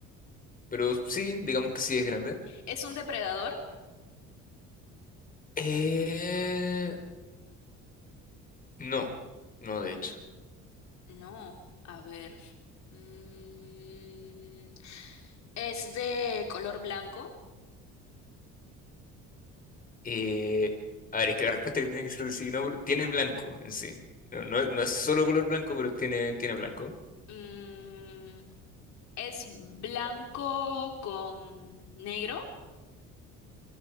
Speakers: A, on the left; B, on the left.
A: pero sí, digamos que sí
B: Ujú.
A: es grande.
B: ¿Es un depredador?
A: Eh, no. No, de hecho.
B: No. A ver. Mm, ¿es de color blanco?
A: Eh, a ver, es que la respuesta que tiene que ser de sí, no, pero tiene blanco en sí. No, no, no es solo color blanco, pero tiene, tiene blanco.
B: Mm, ¿es blanco con negro?